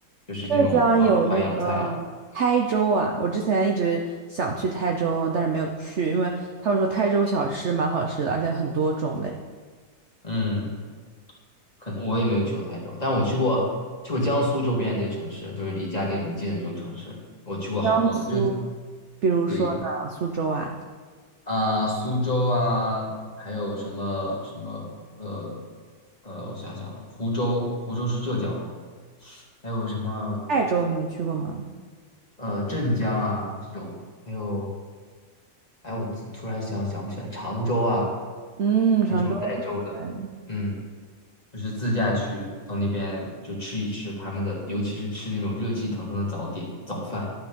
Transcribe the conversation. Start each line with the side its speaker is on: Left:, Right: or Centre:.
Left: 就是这种呃淮扬菜啊，
Right: 浙江有那个台州啊，我之前一直想去台州，但是没有去，因为他们说台州小吃蛮好吃的，而且很多种类。
Left: 嗯。可能我也没有去过台州，但我去过去过江苏周边的一些城市，就是离嘉定很近的这种城市，我去过好多次。
Right: 江苏，
Left: 就
Right: 比如说呢，
Left: 对
Right: 苏州啊，
Left: 啊、苏州啊，还有什么什么呃呃，我想想啊，湖州，湖州是浙江，还有什么
Right: 泰州你有去过吗？
Left: 呃镇江啊这种，还有哎，我突突然想想不起来，常州啊，
Right: 嗯，常州。
Left: 就这种带州的，
Right: 对，
Left: 嗯。就是自驾去到那边就吃一吃他们的，尤其是吃那种热气腾腾的早点早饭，